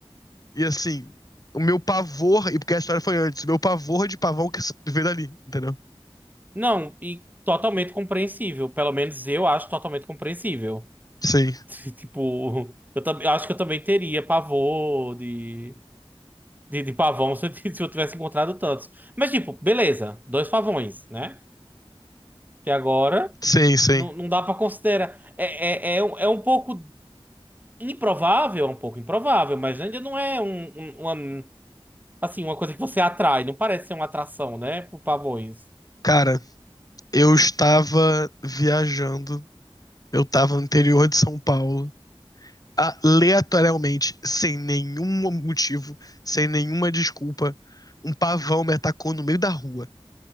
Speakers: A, on the left; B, on the right.
A: E assim, o meu pavor, e porque a história foi antes, o meu pavor de pavão que veio dali, entendeu?
B: Não, e totalmente compreensível. Pelo menos eu acho totalmente compreensível.
A: Sim.
B: <laughs> Tipo, eu, tam- eu acho que eu também teria pavor de. De, de pavão, <laughs> se eu t- <laughs> se eu tivesse encontrado tantos. Mas, tipo, beleza, dois pavões, né? Que agora
A: Sim, sim.
B: não, não dá pra considerar. É, é, é, um é um pouco improvável, é um pouco improvável, mas ainda não é um, um- uma, assim, uma coisa que você atrai. Não parece ser uma atração, né? Por pavões.
A: Cara, eu estava viajando, eu estava no interior de São Paulo, aleatoriamente, sem nenhum motivo, sem nenhuma desculpa, um pavão me atacou no meio da rua.